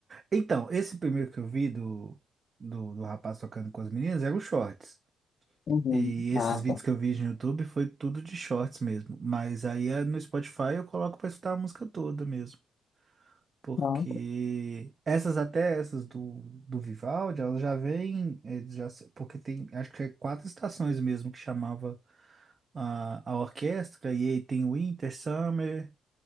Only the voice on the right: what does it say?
Então, esse primeiro que eu vi do, do, do rapaz tocando com as meninas era o Shorts.
E esses
vídeos
que eu vi no YouTube foi tudo de shorts mesmo. Mas aí eh, no Spotify eu coloco pra escutar a música toda mesmo. Porque
essas até essas do, do Vivaldi, elas já vêm, eh, já, se- porque tem, acho que é quatro estações mesmo que chamava a, a orquestra, e aí tem Winter, Summer,